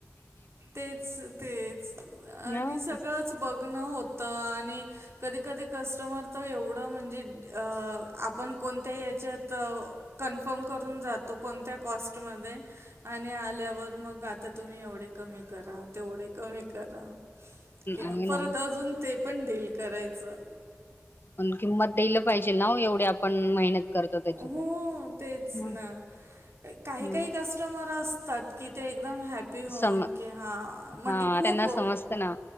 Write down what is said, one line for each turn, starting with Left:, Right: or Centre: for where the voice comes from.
Right: तेच तेच आणि
Left: ना हम्म,
Right: सगळंच बघणं होतं आणि कधी कधी कस्टमर तर एवढ म्हणजे आपण कोणत्या हच्यात कॉन्फर्म करून जातो कोणत्या कॉस्ट मध्ये आणि आल्यावर मग आता तुम्ही एवढे कमी करात तेवढ कमी करा
Left: आहे
Right: परत
Left: ना
Right: अजून ते पण देल करायचं
Left: ण किंमत देल पाहिजे ना एवढ्या आपण मेहनत करतो त्याची
Right: हो
Left: तर
Right: तेच
Left: हम्म,
Right: ना काही
Left: हम्म.
Right: काही कस्टमर असतात की ते एकदम हॅप्पी होऊन
Left: सम
Right: की हा म्हणजे
Left: हा
Right: खूप
Left: त्यांना समजत ना